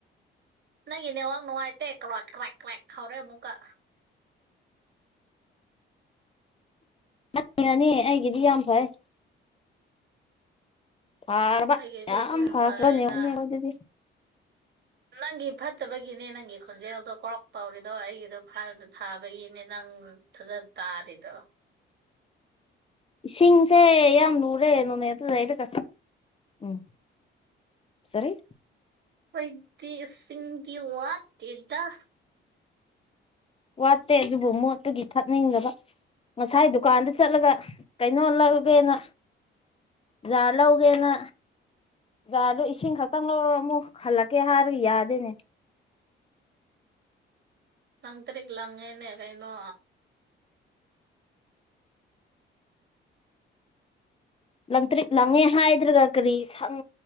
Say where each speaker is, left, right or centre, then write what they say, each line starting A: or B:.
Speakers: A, on the right (about 60°); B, on the left (about 30°).
A: ꯅꯪ ꯏꯅꯦ ꯋꯥꯒ ꯅꯅꯨꯡꯉꯥꯏꯇꯦ ꯀꯋꯦꯛ ꯀꯋꯦꯛ ꯍꯧꯏ ꯑꯃꯨꯛꯀꯥ
B: ꯅꯪꯅꯥꯅꯤ ꯑꯩꯒꯤꯗꯤ ꯌꯥꯝ ꯐꯩ ꯐꯔꯕ
A: ꯑꯩꯒꯤꯁꯨ
B: ꯌꯥꯝ
A: ꯑꯗꯨꯝ
B: ꯐꯕ
A: ꯐꯔꯦꯅ
B: ꯅꯦꯠ ꯋꯥꯛ ꯑꯗꯨꯗꯤ
A: ꯅꯪꯒꯤ ꯐꯠꯇꯕꯒꯤꯅꯦ ꯅꯪꯒꯤ ꯈꯣꯟꯖꯦꯜꯗꯣ ꯀꯧꯔꯛ ꯇꯧꯔꯤꯗꯣ ꯑꯩꯒꯤꯗꯣ ꯐꯥꯕꯒꯤꯅꯦ ꯅꯪ ꯐꯖꯅ ꯇꯥꯔꯤꯗꯣ
B: ꯏꯁꯤꯡꯁꯦ ꯌꯥꯝ ꯂꯨꯔꯦ ꯅꯣꯅꯦꯗ ꯗ ꯀ ꯎꯝ <inaudible> ꯆꯔꯦ
A: ꯑꯩꯈꯣꯢꯗꯤ ꯏꯁꯤꯡꯗꯤ ꯋꯥꯠꯇꯦꯗ
B: ꯋꯥꯠꯇꯦ ꯑꯗꯨꯕꯨ ꯃꯣꯠꯄꯒꯤ ꯊꯛꯅꯤꯡꯗꯕ ꯉꯁꯥꯏ ꯗꯨꯀꯥꯟꯗ ꯆꯠꯂꯒ ꯅꯣ ꯂꯧꯔꯦꯅ ꯖꯥ ꯂꯧꯔꯦꯅ ꯖꯥꯔꯗꯣ ꯏꯁꯤꯡ ꯈꯛꯇꯪ ꯂꯧꯔ ꯑꯃꯨꯛ ꯍꯜꯂꯛꯀꯦ ꯍꯥꯏꯔꯒ ꯌꯥꯗꯦꯅꯦ
A: ꯇꯪ ꯇ꯭ꯔꯤꯛ ꯂꯪꯉꯦꯅꯦ ꯀꯩꯅꯣ
B: ꯂꯪꯇ꯭ꯔꯤ ꯂꯪꯉꯦ ꯍꯥꯏꯗ꯭ꯔꯒ ꯀꯔꯤ ꯁꯪ